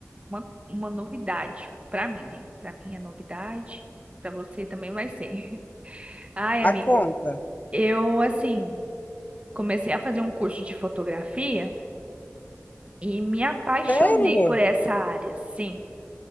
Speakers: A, on the right; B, on the left.
A: uma, uma novidade pra mim, né? Pra mim é novidade, pra você também vai ser. <laughs> Ai, amiga,
B: A conta.
A: eu assim comecei a fazer um curso de fotografia e me apaixonei
B: Sério?
A: por essa área, sim.